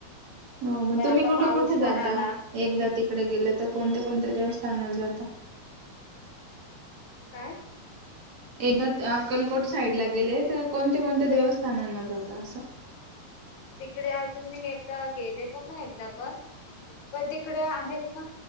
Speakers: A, on the right; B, on the left.
A: हो मग
B: पण
A: तुम्ही
B: आता
A: कुठे
B: पाऊस
A: कुठे
B: पण
A: जाता
B: आला.
A: एकदा त डे गेले त कोणत्या कोणत्या देवस्थानाला जात
B: काय
A: एकदा त अक्कलकोट साईड ला गेले त कोणत्या कोणत्या देवस्थानांना जात असं
B: तिकडे अजून मी एकदा गेले पण नाही एकदा पण पण तिकडे आहेत ना